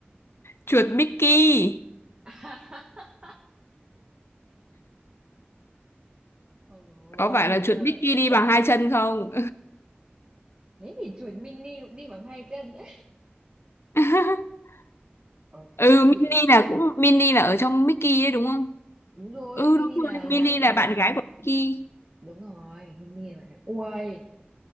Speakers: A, on the left (about 75°); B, on the right (about 25°).
A: Chuột Mickey.
B: <laughs> Ôi
A: Có phải là chuột
B: giời,
A: Mickey đi bằng hai chân không?
B: thế thì chuột mini cũng đi bằng hai chân nhé.
A: <laughs>
B: Ok,
A: Ừ,
B: thế
A: Minnie
B: thì để.
A: là cũng Minnie là ở trong Mickey đấy đúng không?
B: Đúng rồi,
A: Ừ
B: mini
A: đúng rồi,
B: là là
A: Minnie là
B: là
A: bạn gái của Mickey.
B: đúng rồi, mini là bạn là. Ui.